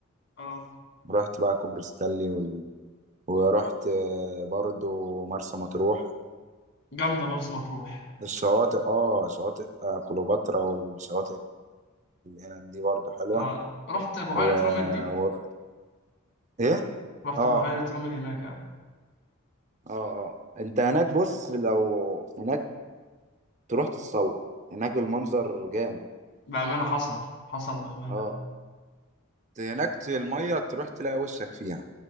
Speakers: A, on the left; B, on the right.
A: اه
B: رحت بقى كوبري ستانلي وال... ورحت آه، برضو مرسى مطروح
A: جامده مرسى مطروح
B: الشواطئ اه شواطئ آه، كليوباترا والشواطئ هناك دي برضو حلوة
A: آه رحت بحيرة
B: و...
A: رومل دي
B: و... ايه
A: رحت
B: اه
A: بحيرة رومل هناك آه.
B: اه اه انت هناك بص لو هناك تروح تتصور هناك المنظر جامد
A: بأمانة حصل حصل بأمانة
B: اه هناك ت- المية تروح تلاقي وشك فيها